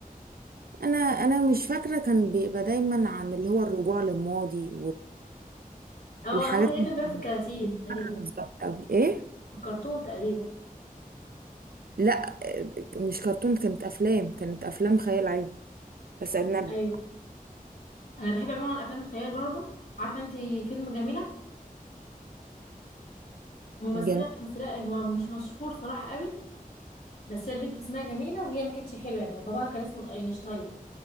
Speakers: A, on the right; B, on the left.
A: انا انا مش فاكره كان بيبقى دايما عن اللي هو الرجوع للماضي
B: اه
A: والحاجات
B: انا فاكره ده
A: مش
B: كان بيبقى في الكراتين تقريبا
A: فاكره بالظبط قوي ايه
B: في الكرتون تقريبا
A: لا مش كرتون كانت افلام كانت افلام خيال علمي بس اجنبي
B: ايوه انا بحب عموما افلام الخيال برضو عارفه انت فيلم جميله ممثله
A: جميل
B: اللي مثلها هو مش مشهور صراحه قوي بس هي البنت اسمها جميله وهي ما كانتش حلوه يعني باباها كان اسمه اينشتاين